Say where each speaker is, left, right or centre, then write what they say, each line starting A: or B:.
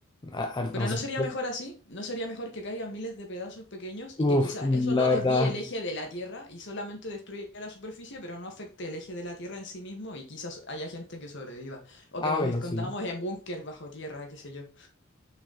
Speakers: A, on the left (about 20°); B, on the left (about 55°).
A: a- al-
B: Pero
A: no
B: ¿no
A: sé.
B: sería mejor así? ¿No sería mejor que caigan miles de pedazos pequeños y
A: Uf,
B: que quizás
A: la
B: eso no desvíe
A: verdad.
B: el eje de la Tierra y solamente destruya la superficie, pero no afecte el eje de la Tierra en sí mismo y quizás haya gente que sobreviva? O
A: Ah,
B: que nos
A: bueno,
B: escondamos
A: sí.
B: en búnker bajo tierra, qué sé yo.